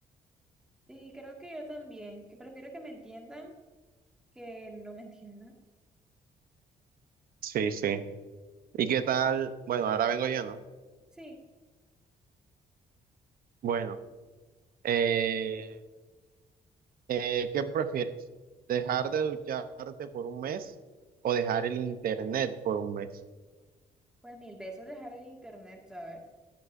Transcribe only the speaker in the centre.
Y creo que yo también, que prefiero que me entiendan que no me entiendan.
Sí.
Pues mil veces dejar el internet, ¿sabes?